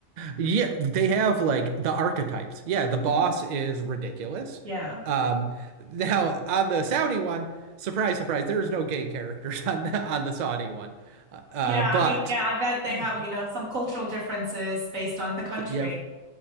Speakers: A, on the right (about 50°); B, on the right (about 85°).
A: Yeah, they have like the archetypes. Yeah, the boss
B: Mhm.
A: is ridiculous.
B: Yeah.
A: Um, now on the Saudi one, surprise, surprise, there's no gay characters <laughs> on the on the Saudi one. Uh, uh,
B: Yeah,
A: but
B: I mean, yeah, I bet
A: <laughs>
B: they
A: th-
B: have, you know, some cultural differences based on the country.
A: yeah,